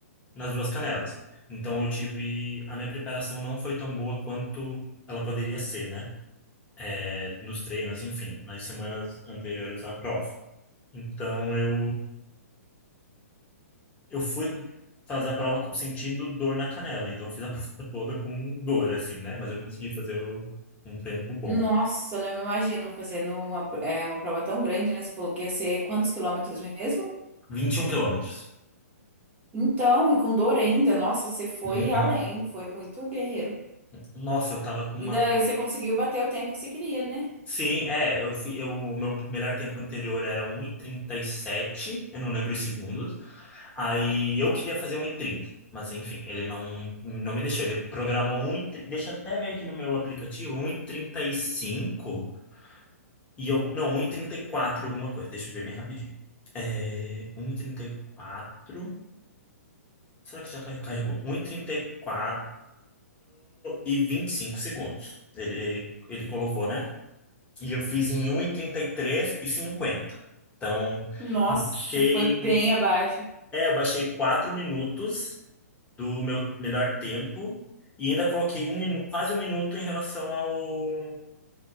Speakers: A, on the left (about 15°); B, on the right (about 20°).
A: nas duas canelas. Então eu tive a minha preparação não foi tão boa quanto ela poderia ser, né? É, nos treinos, enfim, nas semanas anteriores à prova. Então eu eu fui fazer a prova com- sentindo dor na canela, então eu fiz a <laughs> prova toda com dor, assim, né? Mas eu consegui fazer o- um tempo bom.
B: Nossa, não me imagino fazendo uma, é, uma prova tão grande, né? Você falou que ia ser quantos quilômetros mesmo?
A: vinte e um quilômetros.
B: Então, e com dor ainda, nossa, você foi
A: Uhum.
B: além, foi muito guerreiro.
A: Nossa, eu tava com uma.
B: Ainda você conseguiu bater o tempo que você queria, né?
A: Sim, é, eu, fi- eu, o meu melhor tempo anterior era um e e trinta e sete eu não lembro os segundos. Aí eu queria fazer um e trinta mas enfim, ele não, não me deixou. Ele programou um 1,30, deixa eu até ver aqui no meu aplicativo, um e e trinta e cinco E eu, não, um e trinta e quatro e alguma coisa. Deixa eu ver bem rapidinho. É, um e trinta e quatro Será que já car- carregou? um e trinta e e e quatro vinte e cinco segundos. Ele, ele colocou, né? E eu fiz em um e trinta e e três e cinquenta Então,
B: Nossa,
A: eu baixei,
B: foi bem abaixo.
A: é, eu baixei 4 minutos do meu melhor tempo e ainda coloquei um, minu- quase um minuto em relação ao,